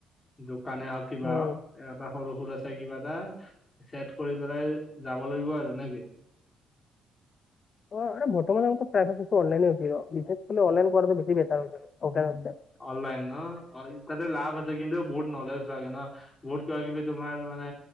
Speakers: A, on the left; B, on the left.
A: দোকানে হওঁক কিবা
B: অ'
A: হওঁক এটা সৰু সৰু চাই কিবা এটা ছেট কৰি পেলাই যাব লাগিব আৰু নেকি?
B: হয় মানে বৰ্তমান এটা এ সেইটো ত অনলাইনে উঠিব বিশেষক অনলাইন কৰাটো বেছি বেটাৰ হৈ অফলাইনত কে।
A: অফলাইন ন' অণ তাতে লাভ আছে কিন্তু বহুত নলেজ লাগে না, বহুত কিবা কিবি তোমাৰ মানে।